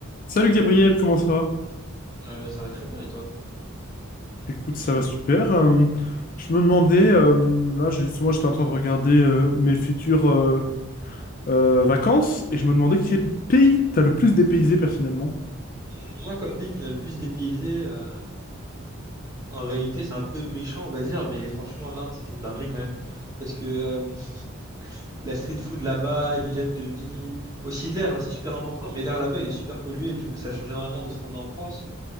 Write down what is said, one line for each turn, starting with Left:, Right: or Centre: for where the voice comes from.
Left: Salut Gabriel, comment ça va?
Right: Euh, ça va très bien et toi?
Left: Écoute, ça va super. Euh, je me demandais, euh, là j'ai- justement j'étais en train de regarder euh, mes futures euh, euh, vacances et je me demandais quel pays t'as le plus dépaysé personnellement.
Right: Mm, Moi, comme pays qui m'a le plus dépaysé, euh, en réalité, c'est un peu méchant, on va dire, mais franchement, l'Inde, c'était une dinguerie quand même. Parce que euh, la street food là-bas, l'hygiène de vie, aussi l'air, hein, c'est super important, mais l'air là-bas, il est super pollué, du coup, ça change énormément de ce qu'on a en France.